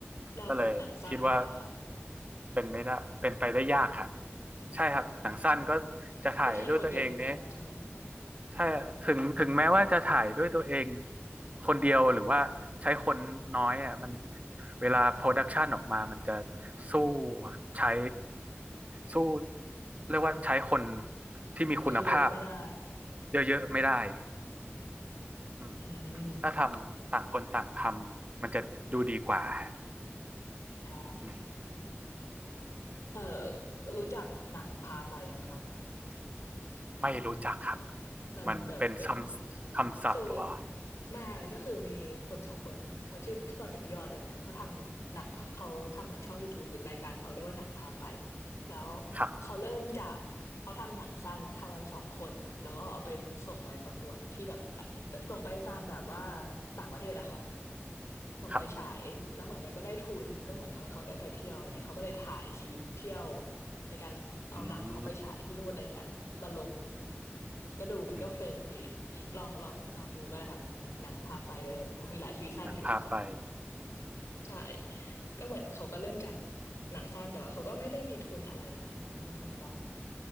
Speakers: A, on the left; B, on the right.
A: แล้วพวกหนังสั้นอย่างเงี้ยค่ะ
B: ก็เลยคิดว่าเป็นไม่ได้เป็นไปได้ยากครับใช่ครับหนังสั้นก็จะถ่ายด้วยตัวเองเนี่ย
A: อ่าก็ใช้คนเยอะเหมือนกันใช่ไหม
B: ใช่ถึงถึงแม้ว่าจะถ่ายด้วยตัวเองคนเดียวหรือว่าใช้คนน้อยอ่ะมันเวลาโปรดักชันออกมามันจะสู้ใช้สู้เรียกว่าใช้คนที่มีคุณภาพ
A: เยอะๆไม่ได้
B: เยอะๆไม่ได้ดิอืม
A: อืม
B: ถ้าทำต่างคนต่างทำมันจะดูดีกว่าฮะ
A: อ๋อ
B: อืม
A: เออรู้จักหนังพาไปไหมคะ
B: ไม่รู้จักครับ
A: มันแบบเป็น
B: มันเป็นคำคำศัพท์เหรอ
A: คือมาก็คือมีคนสองคนเขาชื่อพี่บอลกับพี่ยอดเลยเนี่ยเขาทำหนังพะเขาทำเหมือนช่อง YouTube หรือรายการเขาเรียกว่าหนังพาไปแล้ว
B: ครับ
A: เขาเริ่มจากเขาทำหนังสั้นทำกันสองคนแบบแล้วก็เอาไปส่งไปประกวดที่แบบแบบส่งไปตามแบบว่าต่างประเทศอะค่ะส่งไปฉายแล้วเหมือนมันก็ได้ทุนก็เหมือนทำให้เขาได้ไปเที่ยวอะไรเงี้ยเขาก็เลยถ่ายชีวิตเที่ยว
B: ครับ
A: ในการเอาหนังเขาไปฉายที่นู่นอะไรเงี้ย
B: อืม
A: มาลงก็ดูมันก็เพลินดี
B: อืม
A: ลองลองลองดูก็ได้ครับแบบหนังพาไปอะไรแบบนี้ครับมีหลายซีซั่นอยู่ก็
B: นำพาพไป
A: ใช่ก็เหมือนเขาก็เริ่มจากหนังสั้นแต่ว่าเขาก็ไม่ได้มีทุนอะไรขนาดนั้นเหมือนกัน